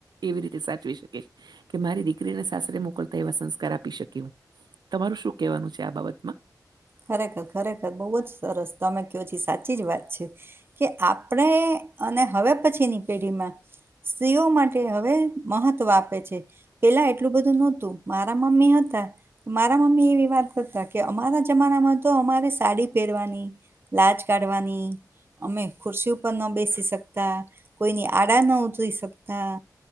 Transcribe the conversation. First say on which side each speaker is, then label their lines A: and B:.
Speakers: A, on the right; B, on the right.
A: એવી રીતે સાચવી શકીશ. કે મારી દીકરીને સાસરે મોકલતા એવા સંસ્કાર આપી શક તમારું શું કેહેવાનું છે આ બાબતમાં.
B: ખરેખર ખરેખર બહુ જ સરસ તમે કહો છ સાચી જ વાત છે કે આપણે અને હવે પછીની પેઢીમાં સ્ત્રીઓ માટે હવે મહત્વ આપે છે પેલા એટલું બધું નહોતું મારા મમ્મી હતા તો મારા મમ્મી એવી વાત કરતા કે અમારા જમાના માં તો અમારે સાડી પહેરવાની લાજ કાઢવાની અમે ખુરશી ઉપર ના બેસી શકતા કોઈની આડા ન ઉતરી શકતા